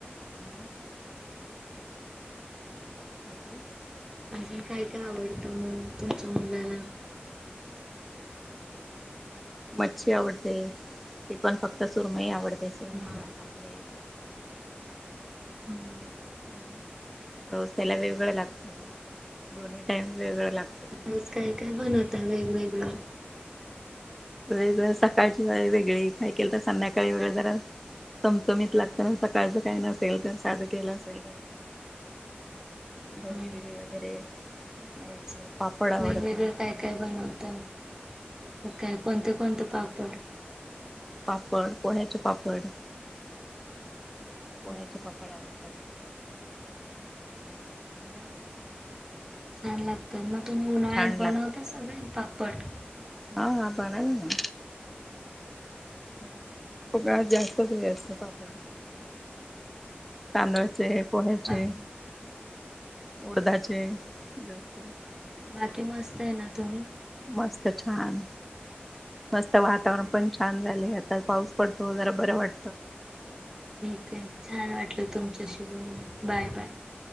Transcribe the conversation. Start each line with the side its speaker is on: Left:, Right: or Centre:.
Centre: हम. काय ते?
Right: अजून काय काय आवडतं मग तुमच्या मुलाला?
Centre: मच्छी आवडते, ती पण फक्त सुरमई आवडते. ते समुद्र
Right: हा.
Centre: पापलेट.
Right: हम्. हू.
Centre: रोज त्याला वेगळं लागतं, दोन्ही टाइम वेगवेगळं लागत.
Right: रोज काय काय बनवता वेगवेगळं?
Centre: वेगळ, सकाळची थाळी वेगळी, काही केलं तर संध्याकाळी वेगळं जरा चमचमीत लागत ना, सकाळचं काही नसेल तर साधं केलं असेल तर. भजी
Right: मग
Centre: बिजी वगैरे.
Right: तेच
Centre: आवडतं पापड आवडतं
Right: वेगवेगळं काय काय बनवतात काय कोणते कोणते पापड
Centre: पापड पोह्याचे पापड
Right: हो
Centre: पोह्याचे पापड आड <inaudible>
Right: हा चांगला <inaudible> तर मग तुम्ही उन्हाळ्यात
Centre: छान
Right: बनवता
Centre: लागत
Right: सगळे पापड.
Centre: हा हा बनवला ना
Right: हम्म
Centre: का जास्तच जास्त अस्त पापड. तांदळाचे पोह्याचे.
Right: बाकी
Centre: उडधाचे जास्त.
Right: बाकी मस्त आहे ना तुम्ही.
Centre: मस्त छान. मस्त वातावरण पण छान झाले आता पाऊस पडतो जरा बरं वाटत.
Right: ठीक आहे छान वाटलं तुमच्याशी बोलून बाय बाय.